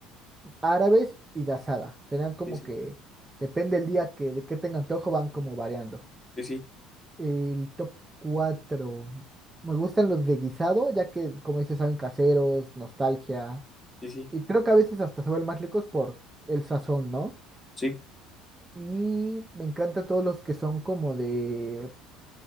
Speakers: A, on the right (about 20°); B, on the left (about 15°).
A: árabes y de asada. Serían como
B: Sí, sí,
A: que, depende el día que de qué tenga antojo, van como variando.
B: sí, sí,
A: El top 4 Me gustan los de guisado, ya que, como dices, saben caseros, nostalgia.
B: sí, sí,
A: Y creo que a veces hasta se vuelven más ricos por el sazón, ¿no?
B: sí.
A: Y me encantan todos los que son como de